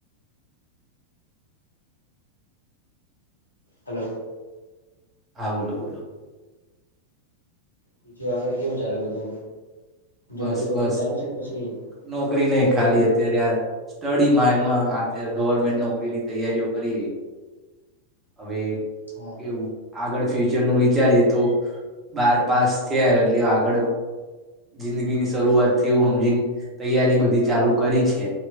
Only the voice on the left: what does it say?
હલો.
<unintelligible> આગળ કેવું ચાલે બધું?
નોકરી બોકરી
ચાલુ છે કે પછી
સ્ટડી
હા